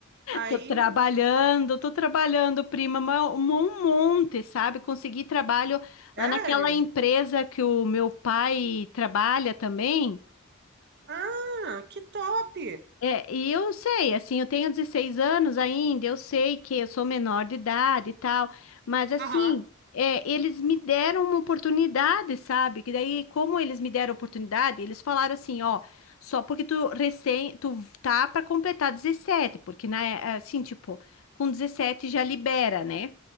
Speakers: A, on the right; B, on the left.
A: Aí,
B: Tô trabalhando, tô trabalhando, prima, ma- um monte, sabe? Consegui trabalho lá
A: sério?
B: naquela empresa que o meu pai trabalha também.
A: Ah, que top!
B: É, e eu sei, assim, eu tenho 16 anos ainda, eu sei que eu sou menor de idade e tal, mas assim,
A: Aham,
B: é, eles me deram uma oportunidade, sabe? Que daí, como eles me deram oportunidade, eles falaram assim, ó, só porque tu recém, tu tá pra completar 17, porque na, é, assim, tipo, com 17 já libera, né?